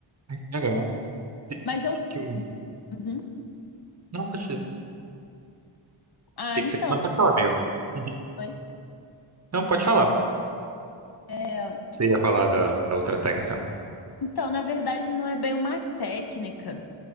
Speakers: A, on the right; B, on the left.
A: Ah, que legal. Tem
B: Mas eu.
A: aqui o-
B: Uhum.
A: Não, pode dizer. O
B: Ah,
A: que
B: então.
A: que você... Não, pode falar, amigo. <laughs>
B: Oi?
A: Não, pode falar.
B: É.
A: Você ia falar da, da outra técnica.
B: Então, na verdade, não é bem uma técnica.